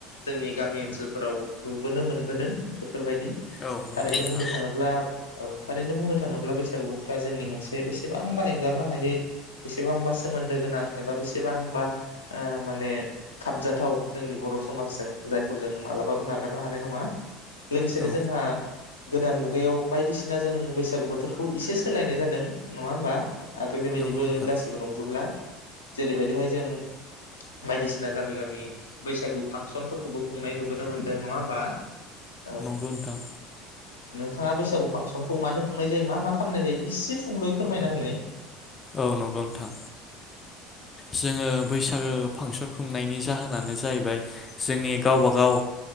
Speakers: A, on the left; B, on the left.
A: जोंनि गामि ओनसोलफोराव नुबोनो मोनबोदों बेफोरबायदि
B: औ नंगौ
A: थारैनो
B: नोंथां
A: बुंनो थाङोब्ला औ थारैनो बुंनो थाङोब्ला बैसागु बोथोरा जोंनि मोनसे बेसेबांबा एंगारनो हायै बेसेबांबा सोमोन्दो गोनां एबा बेसेबांबा माने खाबजाथाव जोंनि बर' समाजजों जायखौ जों मालाबाबो नागारनो हानाय नङा बिनो
B: औ
A: जोंहा। गोदान मुगायाव बायदिसिना जों बैसागु बोथोरखौ इसे सोलायनाय जादों नङा होमबा आगोलनि बायदिबो
B: नंगौ नोंथां
A: गासिबो नंजोबला जेरैबायदिहाय जों बायदिसिना गामि गामि बैसागु फांसनफोरखौबो खुंनाय नुबोनो मोनदों नङा होमबा? औ।
B: गुनथां।
A: थाङा बैसागु फांसनखौ मानो खुंनाय जायो मा मा खालामनाय जायो इसे सुंलुयै फोरमायना होलाय।
B: औ नंगौ नोंथां जोङो बैसागो फांसन खुंनायनि जाहोनानो जाहैबाय जोंनि गावब गाव